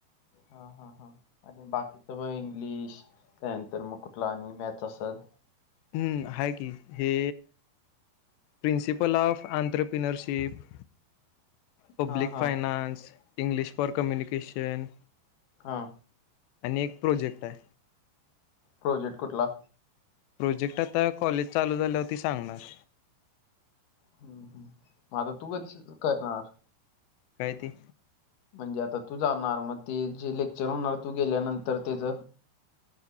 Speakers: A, on the left; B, on the left.
A: हा हा हा अ बाकी मग इंग्लिश त्यानंतर मग कुठला आणि मॅथ असल...
B: हम्म आहे की हे प्रिन्सिपल ऑफ अनटरप्रिनरशिप... पब्लिक
A: हा हा
B: finance... English for communication... Kishan...
A: हा
B: आणि एक प्रोजेक्ट आहे.
A: प्रोजेक्ट कुठला.
B: प्रोजेक्ट आता कॉलेज चालू झाला होती सांगणार.
A: हम्म हम् आता तू काच करणार.
B: कायती.
A: म्हणजे आता तू जाणार मग ते जे लेक्चर होणार तू गेल्यानंतर तेच....